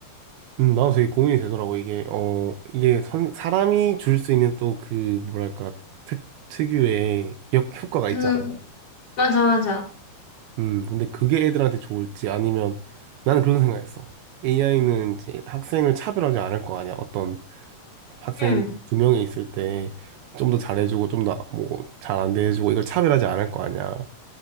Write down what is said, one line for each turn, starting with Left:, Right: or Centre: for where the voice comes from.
Right: 음, 나도 되게 고민이 되더라고. 이게, 어, 이게 선- 사람이 줄 수 있는 또 그, 뭐랄까, 특, 특유의 역, 효과가
Left: 그,
Right: 있잖아.
Left: 맞아, 맞아.
Right: 음, 근데 그게 애들한테 좋을지 아니면 나는 그런 생각했어. AI는 이제 학생을 차별하지 않을 거 아니야. 어떤 학생
Left: 응,
Right: 두 명이 있을 때 좀 더 잘해주고 좀 더 뭐 잘 안 대해주고 이걸 차별하지 않을 거 아니야.